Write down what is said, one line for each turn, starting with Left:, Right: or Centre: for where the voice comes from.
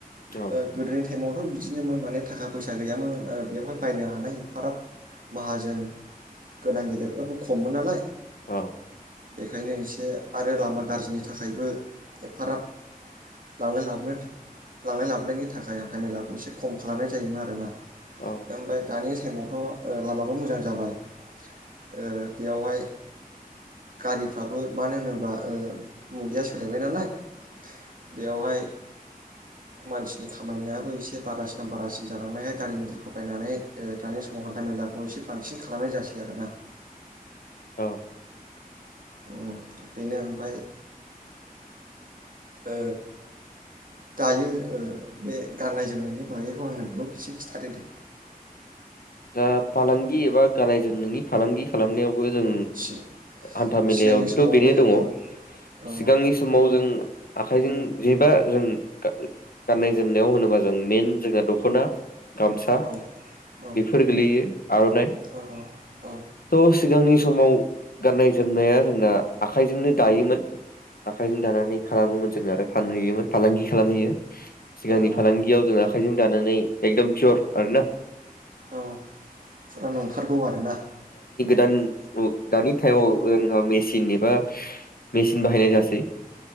Left: औ
Right: ओ गोदोनि टाइमावथ' बिदिनोमोन माने थाखा फैसा गैयामोन आरो बेवहाय बायनो हानाय फाराब माहाजोन गोनां गेदेरफ्राबो खममोन नालाय
Left: औ
Right: बेखायनो एसे आरो लामा गारजिनि थाखायबो एफाराब लांलाय लाबोलाय लांलाय लाबलायनि थाखाय हान्थाामेलाखौ एसे खम खालामनाय जायोमोन आरोना
Left: औ
Right: ओमफाय दानि टाइमावथ'ओ लामाबो मोजां जाबाय ओ बेयावहाय गारिफ्राबो मानो होनोब्ला ओ मुगाया सोलायबाय नालाय बेवहाय मानसिनि खामायनायाबो एसे बारासिनाव बारासिन जालांनायहाय गारि मथरखौ बायनानै दानि समाव हान्था मेलाखौ एसे बांसिन खालामनाय जासै आरोना
Left: औ
Right: उम बेनो ओमफ्राय ओ दायो ओ बे गाननाय जोमनायनि बागैखौ आंनो दसे खिन्थादो दे
Left: दा फालांगि एबा गानाय जोमनायनि फालांगि खालामनायावबो जों
Right: औ सि
Left: हान्था मेलायावथ'
Right: सिगांनि समावहाय
Left: बेनो दङ
Right: औ औ
Left: सिगांनि समाव जों आखाइजों जेबा जों गा-गाननाय जोमनायाव होनोबा जों मेेन जोंना दख'ना गामसा बेफोर
Right: औ औ
Left: गोलैयो आर'नाइ
Right: औ औ
Left: ट' सिगांनि समाव गाननाय जोमनाया जोंना आखाइजोंनो दायोमोन आखाइजों दानानै खालामोमोन जों आरो फानहैयोमोन फालांगि खालामहैयो सिगांनि
Right: औ
Left: फालांगियाव
Right: औ
Left: जों आखाइजों गानानै एकदम पियर आरो ना
Right: औ फुरा नंथारगौ आरोना
Left: दान उ दानि थाइमाव जोंहा मेचन एबा मेचिन बाहायनाय जासै